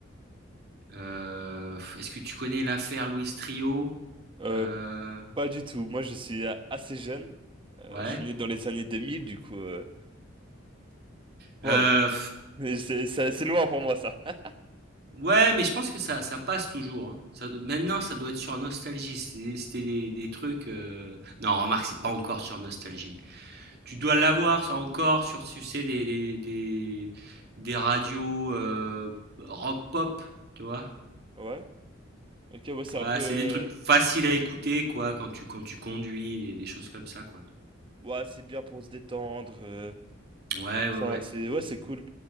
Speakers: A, on the right; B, on the right.
A: heu, est-ce que tu connais l'affaire Louis Trio
B: euh,
A: Heu,
B: pas du tout. Moi, je suis a- assez jeune. Euh,
A: ouais,
B: je suis né dans les années 2000, du coup, euh,
A: heu,
B: waouh. <laughs> Mais C'est c'est- c'est loin pour moi, ça. <laughs>
A: ouais, mais je pense que ça ça passe toujours, hein. Ça maintenant, ça doit être sur Nostalgie, c'est c'était des des trucs, heu non, remarque, c'est pas encore sur Nostalgie. Tu dois l'avoir ça encore sur tu sais des des des des radios, heu, rock pop, tu vois?
B: Ouais, ok, ouais, c'est
A: Ouais,
B: un peu. euh,
A: c'est des trucs faciles à écouter quoi quand tu quand tu conduis et des choses comme ça quoi.
B: Ouais, c'est bien pour se détendre. euh,
A: Ouais,
B: Donc
A: ouais,
B: Ça,
A: ouais.
B: c'est ouais, c'est cool.